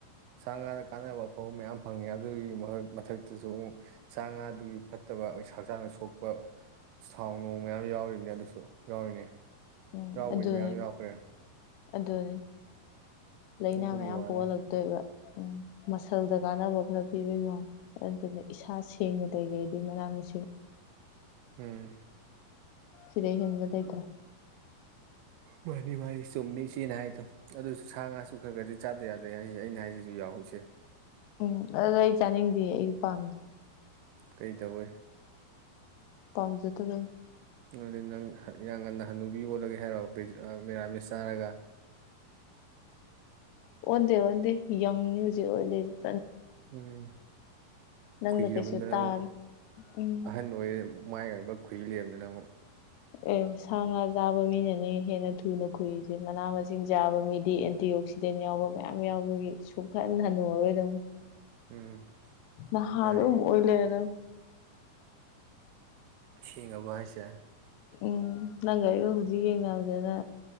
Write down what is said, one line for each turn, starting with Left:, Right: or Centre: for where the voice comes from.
Right: ꯁꯥ ꯉꯥꯗ ꯀꯥꯟꯅꯕ ꯑꯐꯕ ꯃꯌꯥꯝ ꯐꯪꯉꯦ ꯑꯗꯨꯒꯤ ꯃꯊꯛꯇꯁꯨ ꯑꯃꯨꯛ ꯆꯥ ꯉꯥꯗꯨꯒꯤ ꯐꯠꯇꯕ ꯑꯩꯈ ꯍꯛꯆꯥꯡꯗ ꯁꯣꯛꯄ ꯊꯥꯎ ꯅꯨꯡ ꯃꯌꯥꯝ ꯌꯥꯎꯔꯤꯅꯤ ꯑꯗꯨꯁꯨ ꯌꯥꯎꯔꯤꯅꯦ
Left: ꯎꯝ
Right: ꯌꯥꯎꯕꯏꯗꯤ
Left: ꯑꯗꯨꯅꯤ
Right: ꯃꯌꯥꯝ ꯌꯥꯎꯈ꯭ꯔꯦ
Left: ꯑꯗꯨꯅꯤ ꯂꯥꯏꯅꯥ
Right: ꯑꯗꯨꯒꯤ
Left: ꯃꯌꯥꯝ
Right: ꯋꯥꯅꯤ
Left: ꯄꯣꯛꯍꯜꯂꯛꯇꯣꯏꯕ ꯎꯝ ꯃꯁꯜꯗ ꯀꯥꯟꯅꯕ ꯈꯔ ꯄꯤꯕꯩ ꯋꯥꯅꯤ ꯑꯗꯨꯅ ꯏꯁꯥ ꯁꯦꯡꯅ ꯂꯩꯈꯩꯗꯤ ꯃꯅꯥ ꯃꯁꯤꯡ
Right: ꯎꯝ
Left: ꯁꯤꯗꯩꯩ ꯍꯦꯟꯕꯥ ꯗꯩꯇꯔꯦ
Right: ꯃꯥꯅꯤ ꯃꯥꯅꯤ ꯆꯨꯝꯃꯤ ꯏꯆꯦꯅ ꯍꯥꯏꯗꯣ ꯑꯗꯨꯁꯨ ꯁꯥ ꯉꯥꯁꯨ ꯈꯔ ꯈꯔꯗꯤ ꯆꯥꯗ ꯌꯥꯗ꯭ꯔꯦ ꯍꯥꯏꯁꯦ ꯑꯩꯅ ꯍꯥꯏꯁꯤꯁꯨ ꯌꯥꯎꯍ ꯏꯆꯦ
Left: ꯎꯝ ꯑꯗꯨꯗ ꯑꯩ ꯆꯥꯅꯤꯡꯗꯦ ꯑꯩꯗꯤ ꯄꯥꯝꯗꯦ
Right: ꯀꯩ ꯇꯧꯋꯦ
Left: ꯄꯝꯁꯦꯗ ꯀ
Right: ꯑꯗꯨ ꯅꯪ ꯌꯥꯝ ꯉꯟꯅ ꯍꯟꯅꯨꯕꯤ ꯑꯣꯜꯂꯒꯦ ꯍꯥꯏꯔꯛꯑꯣ ꯃꯦꯔꯥꯃꯦꯁ ꯆꯥꯔꯒ
Left: ꯌ ꯑꯣ
Right: ꯎꯝ
Left: ꯅꯪꯅ
Right: ꯈꯨꯏꯔꯃꯗꯅꯨꯛ
Left: ꯀꯩꯁꯨ ꯇꯥꯔ ꯎꯝ
Right: ꯑꯍꯟ ꯑꯣꯏ ꯃꯥꯏ ꯉꯥꯡꯕ ꯈꯨꯍꯤ ꯂꯦꯝꯗꯅ ꯑꯃꯨꯛ
Left: ꯑꯦ ꯁꯥ ꯉꯥ ꯆꯥꯕ ꯃꯤꯅꯅꯦ ꯍꯦꯟꯅ ꯊꯨꯅ ꯈꯨꯏꯁꯦ ꯃꯅꯥ ꯃꯁꯤꯡ ꯆꯥꯕ ꯃꯤꯗꯤ ꯑꯦꯟꯇꯤ ꯑꯣꯛꯁꯤꯗꯦꯟ ꯌꯥꯎꯕ ꯃꯌꯥꯝ ꯌꯥꯎꯕꯒꯤ ꯁꯨꯡꯈꯟ ꯍꯜꯟꯅꯨꯨꯔꯔꯣꯏꯗ
Right: ꯎꯝ
Left: ꯅꯍꯥ
Right: ꯃꯥꯅꯤ
Left: ꯑꯗꯨꯝ ꯑꯣꯏꯂ ꯑꯗꯨꯝ
Right: ꯑ ꯦꯡꯉꯕ ꯍꯥꯏꯁꯦ
Left: ꯎꯝ ꯅꯪꯒꯒꯥꯔꯤꯒ ꯍꯧꯖꯤꯛ ꯌꯦꯡꯅꯕꯗꯅ